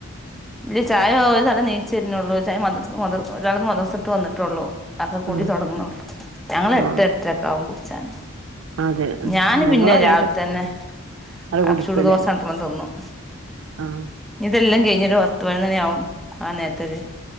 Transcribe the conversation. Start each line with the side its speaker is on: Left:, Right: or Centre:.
Centre: ഇല്ല ചായ ഒരു തല നീച്ചു വരുന്നൊള്ളൂ ഒര് തല ഒരാള മദർസട്ട് വന്നിട്ടുള്ളൂ ഒക്കെ കൂടി
Right: ഉം
Centre: തുടങ്ങുന്നുള്ളൂ ഞങ്ങള് എട്ട
Right: ആഹ്
Centre: എട്ടര ഒക്കെ ആകും കുടിച്ചാണ്
Right: അതെ
Centre: ഞാന്
Right: ഞങ്ങളും
Centre: പിന്നെ
Right: അങ്ങനത്തെ
Centre: രാവിലെ തന്നെ
Right: അത്
Centre: ആ
Right: കുടിക്കുംല്ലേ
Centre: ചുട്ദൊശ രണ്ടണം തിന്നും
Right: ആഹ്
Centre: ഇഞ്ഞട്ട് തെല്ലാം കഴിഞ്ഞട്ട് പത്ത്പയിനൊന്ന്മണിയാവും ആ നേരത്തൊര്